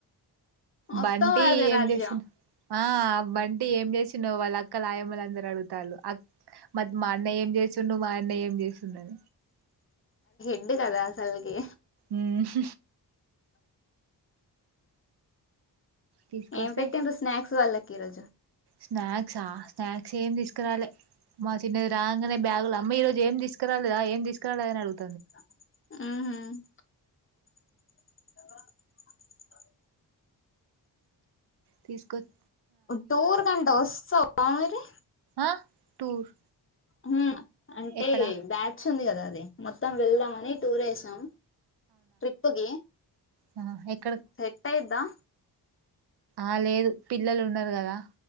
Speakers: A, on the left (about 30°); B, on the right (about 70°).
A: మొత్తం
B: బంటి
A: వాడిదే
B: ఏం
A: రాజ్యం
B: చేసిన ఆ బంటి ఏం చేసిన్నావు వాళ్ళు అక్కలా ఆయమ్మల అందరు అడుతారు మత్ మా అన్నయ ఏం చేసిండ్ మా అన్నయ ఏం చేసివు <unintelligible>
A: <unintelligible> కదా అసలకి
B: మ్మ్ తీసుకొస్తే
A: ఏం పెట్టింరు స్నాక్స్ వాళ్ళ కే రజు
B: స్నాక్సా స్నాక్స్ ఏమి తీసుకురాలే మా చిన్నది రా నే బ్యాగులు అమ్మ ఈరోజ ఏం తీసుకురాలేదా ఏం తీసు <unintelligible>
A: <unintelligible> అద
B: తీసుకొచ్
A: టూర్ కంట వస్తావా మరి
B: ఆ టూర్
A: మ్మ్ అంటే
B: ఎక్కడా
A: బ్యాచ్ ఉంది కదా అది మొత్తం వెళ్దాం అని టూరేసాం ట్రిప్పు గి
B: ఆ ఎక్
A: సెట్ అయిద్దా
B: ఆ లేదు పిల్లలు ఉన్నారు కదా